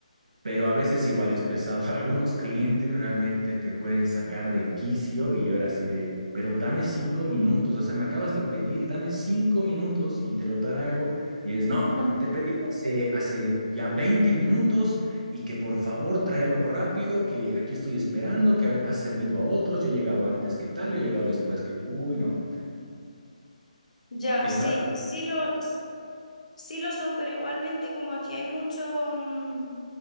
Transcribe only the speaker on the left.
Ujú.
Ya,
sí,
sí lo, Sí lo son, pero igualmente como aquí hay mucho mm,